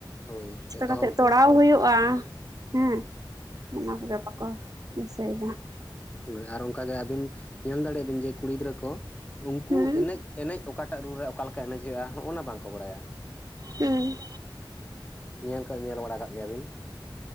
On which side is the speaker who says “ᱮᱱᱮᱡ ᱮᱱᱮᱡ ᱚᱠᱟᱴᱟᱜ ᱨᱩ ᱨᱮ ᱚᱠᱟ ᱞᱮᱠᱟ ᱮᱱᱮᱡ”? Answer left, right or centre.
Left